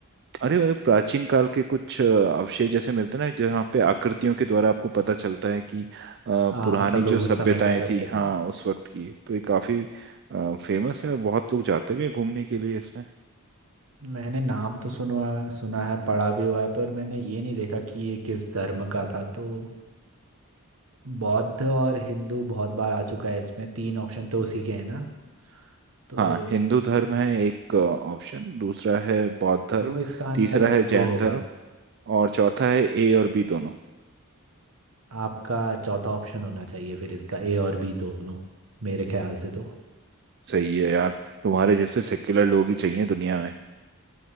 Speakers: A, on the right (about 50°); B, on the right (about 65°).
A: अरे मतलब प्राचीन काल के कुछ अ, अवशेष जैसे मिलते हैं ना जहाँ पे आकृतियों के द्वारा आपको पता चलता है कि अ,
B: हाँ
A: पुरानी
B: मतलब लोग
A: जो सभ्यताएं
B: उस समय क्या करते
A: थी
B: थे
A: हाँ उस वक्त की तो ये काफी फेमस है और बहुत लोग जाते भी हैं घूमने के लिए इसमें
B: मैंने नाम तो सुना सुना है पढ़ा भी हुआ है पर मैंने ये नहीं देखा कि ये किस धर्म का था तो बौद्ध और हिंदू बहुत बार आ चुका है इसमें तीन ऑप्शन तो उसी के हैं ना तो
A: हाँ हिंदू धर्म
B: ज-
A: है एक ऑप्शन दूसरा है बौद्ध धर्म
B: तो इसका आंसर
A: तीसरा
B: वो
A: है जैन
B: होगा
A: धर्म और चौथा है ए और बी दोनों
B: आपका चौथा ऑप्शन होना चाहिए फिर इसका ए और बी दोनों मेरे ख्याल से तो
A: सही है यार तुम्हारे जैसे सेक्युलर लोग ही चाहिए दुनिया